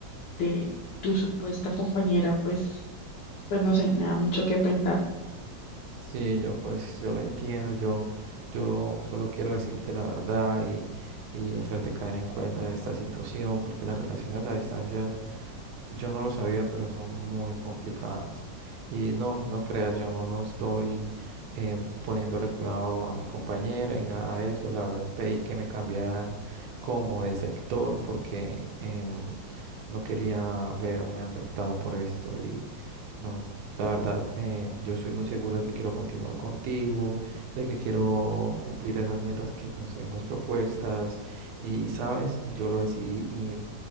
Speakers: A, on the left; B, on the right.
A: de tu supuesta compañera, pues, pues no sé, me da mucho que pensar.
B: Sí, yo pues yo lo entiendo, yo, yo solo quiero decirte la verdad y, y hacerte caer en cuenta de esta situación, porque las relaciones a distancia yo no lo sabía, pero son muy complicadas. Y no, no creas, yo no estoy eh, poniéndole cuidado a mi compañera y nada de eso. La verdad pedí que me cambiaran como de sector porque em, no quería verme afectado por esto. Y no, la verdad, eh, yo soy muy seguro de que quiero continuar contigo, de que quiero cumplir esas metas que nos hemos propuestas. Y sabes, yo lo decidí y